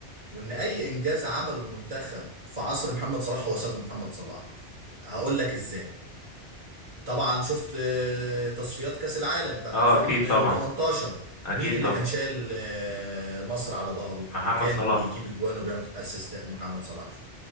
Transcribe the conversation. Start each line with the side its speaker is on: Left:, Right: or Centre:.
Right: وان اي انجاز عمله المنتخب في عصر محمد صلاح هو سابه محمد صلاح هقول لك ازاي طبعا شفت آه، تصفيات كاس العالم بتاعت
Left: اه
Right: 2018
Left: أكيد طبعا أكيد
Right: مين اللي
Left: طبعا
Right: كان شايل آه، مصر على ظهره
Left: محمد
Right: وكان
Left: صلاح
Right: بيجيب اجوان وبيعمل اسيست محمد صلاح